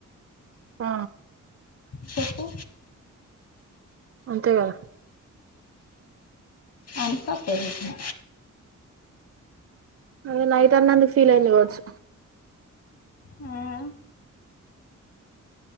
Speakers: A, on the right (about 50°); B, on the left (about 55°).
A: ఆ
B: చెప్పు
A: తే కాద
B: అంత పెజజన
A: అదే నైట్ అన్నందుకు ఫీల్ అయింది కావచ్చు
B: మ్మ్